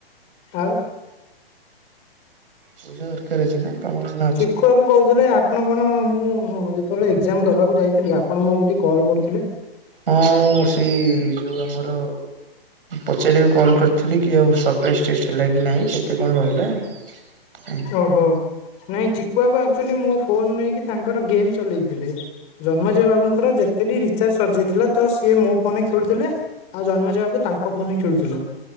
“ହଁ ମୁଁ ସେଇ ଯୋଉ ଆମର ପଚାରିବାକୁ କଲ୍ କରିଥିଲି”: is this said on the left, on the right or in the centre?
Right